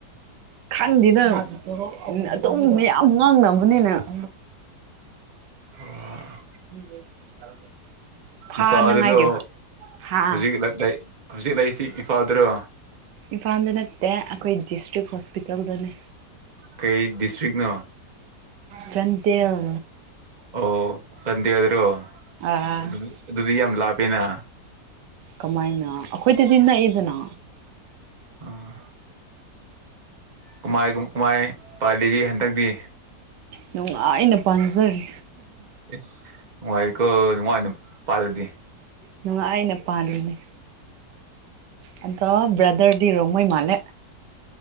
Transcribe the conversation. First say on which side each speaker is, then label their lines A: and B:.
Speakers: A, on the right; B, on the right.
A: ꯈꯪꯗꯦꯗ ꯑꯗꯨꯝ ꯃꯌꯥꯝ ꯉꯥꯡꯅꯕꯅꯤꯅ <inaudible>
B: ꯑꯣ
A: <unintelligible> ꯐꯥꯅꯉꯥꯏꯒꯤ
B: ꯏꯝꯐꯥꯗꯂꯣ
A: ꯍꯥ
B: ꯍꯧꯖꯤꯛ ꯍꯧꯖꯤꯛ ꯂꯩꯁꯤ ꯏꯝꯐꯥꯜꯗꯔꯣ
A: ꯏꯝꯐꯥꯜꯗ ꯅꯠꯇꯦ ꯑꯩꯈꯣꯏ ꯗꯤꯁꯇ꯭ꯔꯤꯛ ꯍꯣꯁꯄꯤꯇꯥꯜꯗꯅꯦ
B: ꯀꯩ ꯗꯤꯁꯇ꯭ꯔꯤꯛ ꯅꯣ
A: ꯆꯥꯟꯗꯦꯜ
B: ꯑꯣ ꯆꯥꯟꯗꯦꯜꯗꯔꯣ
A: ꯀꯃꯥꯏꯅ
B: ꯑꯗꯨ ꯑꯗꯨꯗꯤ ꯌꯥꯝ ꯌꯥꯝ ꯂꯥꯄꯦꯅ
A: ꯀꯃꯥꯏꯅ ꯑꯩꯈꯣꯏꯗꯗꯤ ꯅꯛꯏꯗꯅ
B: ꯑꯥ ꯀꯃꯥꯏ ꯀꯃꯥꯏ ꯄꯥꯂꯤꯒꯦ ꯍꯟꯗꯛꯇꯤ
A: ꯅꯨꯡꯉꯥꯏꯅ ꯄꯥꯟꯖꯔꯤ
B: ꯑꯦ ꯅꯨꯉꯥꯢꯑꯦꯀꯣ ꯅꯨꯉꯥꯢꯅ ꯄꯥꯜꯂꯗꯤ
A: ꯅꯨꯡꯉꯥꯏꯅ ꯄꯥꯜꯂꯤꯅꯦ ꯑꯗꯣ ꯕ꯭ꯔꯗꯔꯗꯤ ꯔꯣꯡꯃꯩ ꯃꯥꯂꯦ